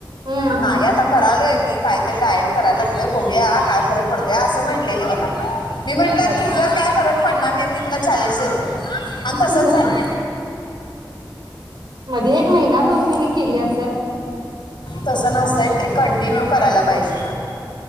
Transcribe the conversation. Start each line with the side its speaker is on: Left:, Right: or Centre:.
Right: हम्म
Left: नाही आता करालोय मी कायतरी डायट कराय लागलोय बघूया, काय फरक पडतोय. असं म्हटलेली मला मी म्हंटलं,
Right: मध्ये
Left: तुझं काय फरक पडणार नाही. मी तुला चॅलेंज देतो.
Right: <inaudible>
Left: आणि तसंच झालं
Right: मध्ये एक महिना दोन महिने केली असंल.
Left: तसं नसतंय ते, कंटिन्यू करायला पाहिजे.